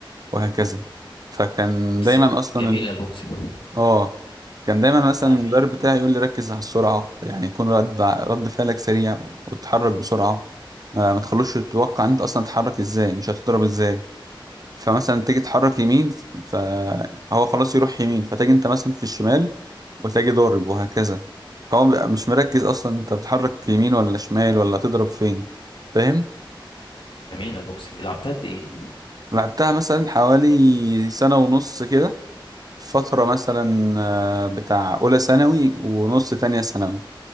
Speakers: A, on the right; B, on the left.
A: وهكذا فكان
B: بس
A: دايما اصلا
B: جميلة البوكسنج
A: اه كان دايما مثلا
B: يعني
A: المدرب بتاعي يقول لي ركز على السرعة يعني يكون رد رد فعلك سريع وتتحرك بسرعة ما, ما تخلوش تتوقع انت اصلا تتحرك ازاي مش هتضرب ازاي فمثلا تيجي تحرك يمين ف- فهو خلاص يروح يمين فتجي انت مثلا في الشمال وتجي ضارب وهكذا هو بيبقى مش مركز اصلا انت بتحرك يمين ولا شمال ولا تضرب فين فاهم
B: جميلة البوكسنج لعبتها قد ايه
A: لعبتها مثلا حوالي سنة ونص كده فترة مثلا آه، بتاع أولى ثانوي ونص تانية ثانوي